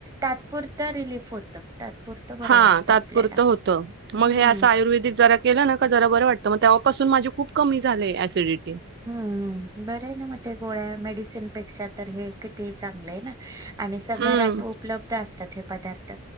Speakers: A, on the right; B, on the right.
A: तात्पुरत रिलीफ होतं. तात्पुरतं बरं
B: हा
A: वाटत
B: तात्पुरतं
A: आपल्याला
B: होतं मग
A: हम्म
B: हे असं आयुर्वेदिक जरा केलं ना का जरा बरं वाटतं मग तेव्हापासून माझी खूप कमी झाली ऍसिडिटी
A: हम्म हम्म बरं आहे ना माग त्या गोळ्या मेडिसिन पेक्षा तर हे किती चांगले ना आणि घरात
B: हम्म
A: उपलब्ध असतात. पदार्थ